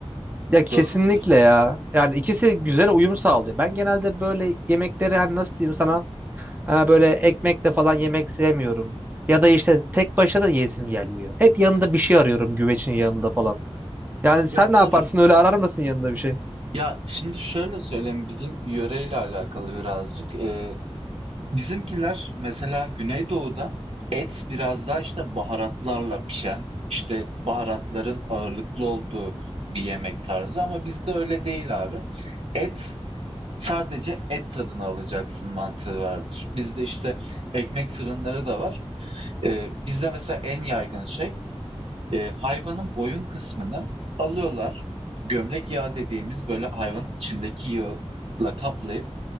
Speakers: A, on the right; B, on the right.
A: Ya kesinlikle
B: Doğru mudur?
A: ya. Yani ikisi güzel uyum sağlıyor. Ben genelde böyle yemekleri hani nasıl diyeyim sana e, böyle ekmekle falan yemek sevmiyorum. Ya da işte tek başına da yesim gelmiyor. Hep yanında bir şey arıyorum güvecin yanında falan. Yani
B: Ya
A: sen
B: tabii.
A: ne yaparsın öyle arar mısın yanında bir şey?
B: Ya şimdi şöyle söyleyeyim bizim yöreyle alakalı birazcık. Ee, Bizimkiler mesela Güneydoğu'da et biraz daha işte baharatlarla pişen, işte baharatların ağırlıklı olduğu bir yemek tarzı ama bizde öyle değil abi. Et sadece et tadını alacaksın mantığı vardır. Bizde işte ekmek fırınları da var. Ee, bizde mesela en yaygın şey e, hayvanın boyun kısmını alıyorlar. Gömlek yağı dediğimiz böyle hayvanın içindeki yağla kaplayıp